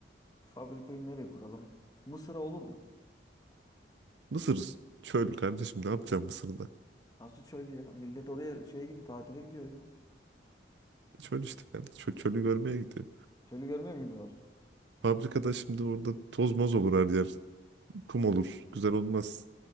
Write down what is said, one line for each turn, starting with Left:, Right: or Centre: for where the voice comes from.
Left: Fabrikayı nereye kuralım? Mısır'a olur mu?
Right: Mısır. Çöl kardeşim ne yapacağım Mısır'da?
Left: Nasıl çöl ya? Millet oraya şeye gidiyor, tatile gidiyor ya.
Right: Çöl işte kardeşim. Çöl, çölü görmeye gidiyor.
Left: Çölü görmüyor mu gidiyorlar?
Right: Fabrikada şimdi orada toz moz olur her yer. Kum olur. Güzel olmaz.